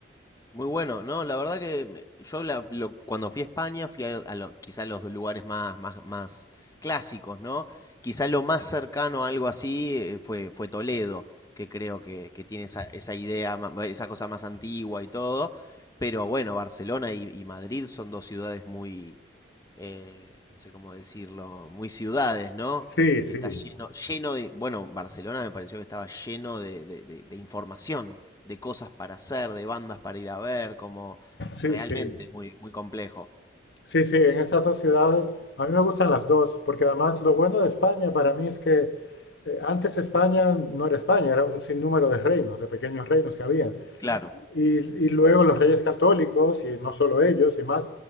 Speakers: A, on the left; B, on the left.
A: Muy bueno, no, la verdad que me- yo la- lo- cuando fui a España fui a, a lo- quizá los lugares más, más, más clásicos, ¿no? Quizá lo más cercano a algo así eh, fue, fue Toledo, que creo que, que tiene esa, esa idea, ma- ma- esa cosa más antigua y todo, pero bueno, Barcelona y, y Madrid son dos ciudades muy, eh, no sé cómo decirlo, muy ciudades, ¿no?
B: Sí, sí,
A: Está lleno, lleno de, bueno, Barcelona me pareció que estaba lleno de, de- de- de información, de cosas para hacer, de bandas para ir a ver, como
B: sí,
A: realmente
B: sí.
A: muy, muy complejo.
B: Sí, sí, en esas dos ciudades, a mí me gustan las dos, porque además lo bueno de España para mí es que eh, antes España no era España, era un sinnúmero de reinos, de pequeños reinos que había
A: Claro,
B: y, y luego los reyes católicos, y no solo ellos, y más